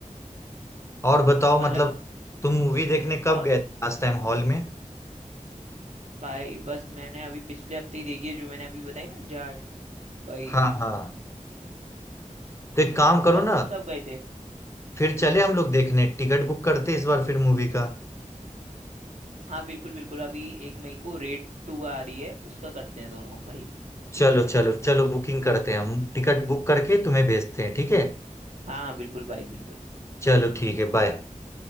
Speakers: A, on the left; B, on the right.
A: और बताओ
B: मतलब
A: मतलब तुम मूवी देखने कब
B: और
A: गए थे लास्ट टाइम हॉल में
B: भाई बस मैंने अभी पिछले हफ्ते ही देखी है जो मैंने अभी बताई ना जाट भाई
A: हाँ हाँ तो एक काम करो
B: और
A: ना
B: तुम कब गए थे
A: फिर चले हम लोग देखने टिकट बुक करते इस बार फिर मूवी का
B: हाँ बिल्कुल बिल्कुल अभी एक मई को रेट टू आ रही है उसका करते हैं दोनों भाई
A: चलो चलो चलो बुकिंग करते हैं हम टिकट बुक करके तुम्हें भेजते हैं ठीक है
B: हाँ हाँ बिल्कुल भाई बिल्कुल
A: चलो ठीक है बाय